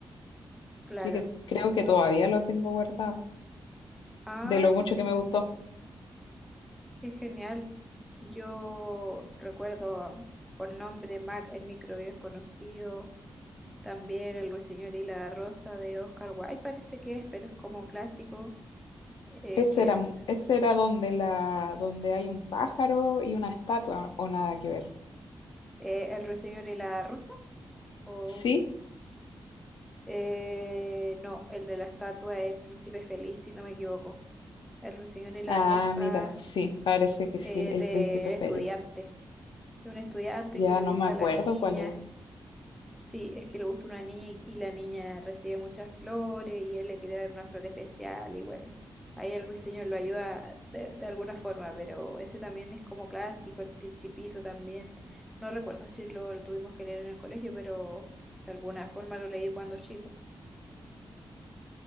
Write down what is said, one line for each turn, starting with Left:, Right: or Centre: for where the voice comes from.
Centre: Claro.
Left: Así que creo que todavía lo tengo guardado,
Centre: Ah,
Left: de lo mucho
Centre: qué genial,
Left: que me gustó.
Centre: qué genial. Yo recuerdo a- por nombre Mac, el microbio es conocido. También El Ruiseñor y la Rosa de Oscar Wilde parece que es, pero es como clásico. eh,
Left: Ese
Centre: que
Left: era, m- ese era donde la, donde hay un pájaro y una estatua, o nada que ver.
Centre: eh, El Ruiseñor y la Rosa. O.
Left: Sí.
Centre: Eh, no, el de la estatua es el príncipe feliz, si no me equivoco. El ruiseñor y la
Left: Ah,
Centre: rosa
Left: mira, sí, parece que
Centre: eh,
Left: sí, El
Centre: del
Left: Príncipe Feliz.
Centre: estudiante. De un estudiante
Left: Ya
Centre: que le
Left: no
Centre: gusta
Left: me acuerdo
Centre: a la niña.
Left: cuál es.
Centre: Sí, es que le gusta una niña y y la niña recibe muchas flores y él le quiere dar una flor especial y bueno, ahí el ruiseñor lo ayuda de, de alguna forma, pero ese también es como clásico, el principito también. No recuerdo si lo, lo tuvimos que leer en el colegio, pero de alguna forma lo leí cuando chico.